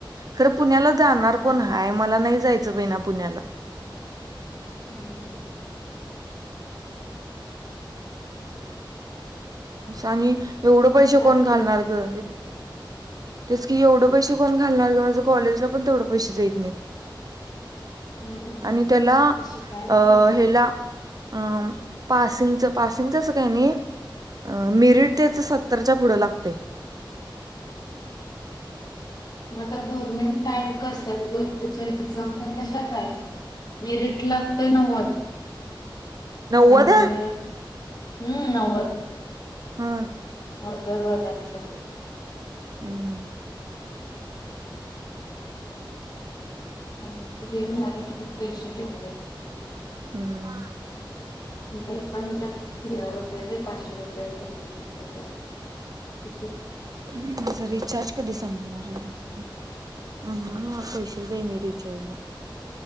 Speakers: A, on the right; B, on the left.
A: खरं पुण्याला जाणार
B: हां
A: कोण हाय मला नाही जायचं बैना पुण्याला.
B: हम्म
A: आणि एवढं पैसे
B: सातचं
A: कोण घालणार
B: काय केलं
A: ग. तेच की एवढं पैसे कोण घालणार गं माझं कॉलेजला पण तेवढं पैसे जैइत नाहीत.
B: हम्म
A: आणि त्याला
B: शिकायला
A: अ
B: तर घालत
A: हेला अ.. पासिंगचं पासिंगचंच अस काय नाही अ मेरिट त्याच सत्तरच्या पुढं लागतंय
B: आता गव्हर्नमेंट <inaudible> असतात बघ त्याच्या एक्झाम पण तशाच आहेत मिरिट लागते नव्वद.
A: नव्वद
B: आणि हम्म नव्वद
A: हा
B: हा <inaudible>
A: हम्म.
B: आणि हे भरालेे पैसे केवढे.
A: हम्म
B: काही काहीच्या रुपये पाचशे रुपये भरून घेतलेलं. हम्म
A: तुझ रिचार्ज कधी संपणार आहे? <inaudible> हा पैसे देणे रिचार्जला.